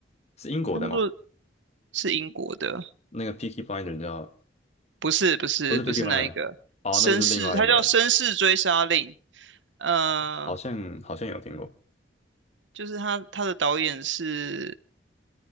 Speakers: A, on the left (about 35°); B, on the right (about 85°).
A: 是英国的吗？
B: 他叫做是英国的，
A: 那个 p i c k y Blinder 叫
B: 不是不是不是那一个绅士，
A: 不是 p i c k y Blinder 哦，那就是另外一个，
B: 他叫《绅士追杀令》。呃，
A: 哦好像好像有听过
B: 就是他他的导演是